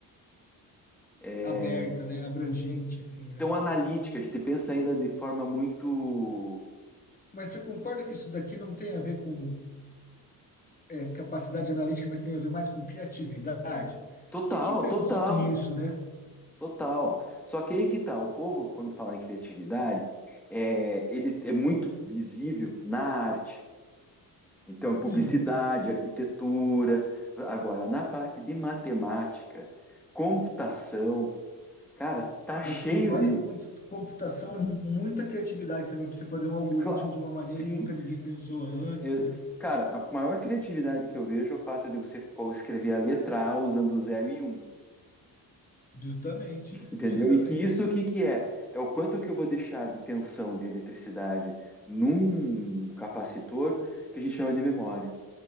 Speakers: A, in the centre; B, on the left.
A: é,
B: Aberto, né? Abrangente, assim, né?
A: tão analítica, a gente pensa ainda de forma muito
B: Mas você concorda que isso daqui não tem a ver com é, capacidade analítica, mas tem a ver mais com criatividade.
A: total,
B: Quem que pensou
A: total,
B: nisso, né?
A: total. Só que aí que tá, o povo, quando fala em criatividade, é, ele é muito visível na arte. Então, publicidade,
B: Sim,
A: arquitetura. Agora, na parte de matemática, computação, cara, tá cheio
B: mas concorda
A: de.
B: que compu- computação é muita criatividade também para você fazer um algoritmo
A: Cla-
B: de uma maneira
A: Sim.
B: que nunca ninguém pensou antes,
A: Eu-
B: né?
A: cara, a maior criatividade que eu vejo é o fato de você co- escrever a letra A usando zero e um,
B: Justamente,
A: entendeu?
B: justamente.
A: E que isso o que que é? É o quanto que eu vou deixar de tensão de eletricidade num capacitor que a gente chama de memória.